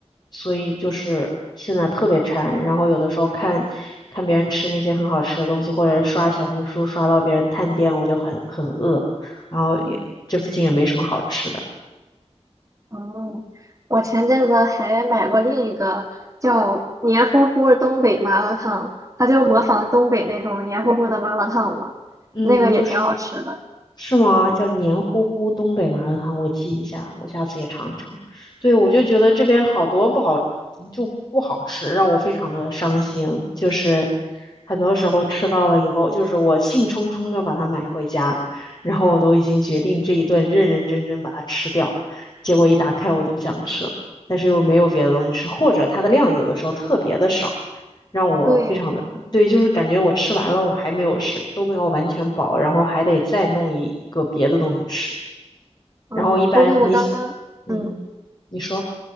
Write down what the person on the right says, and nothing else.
嗯，我前阵子还买过另一个叫黏糊糊东北麻辣烫，它就模仿东北那种黏糊糊的麻辣烫嘛，
那个也挺好吃的。
对，
嗯，
不过我刚刚。
嗯。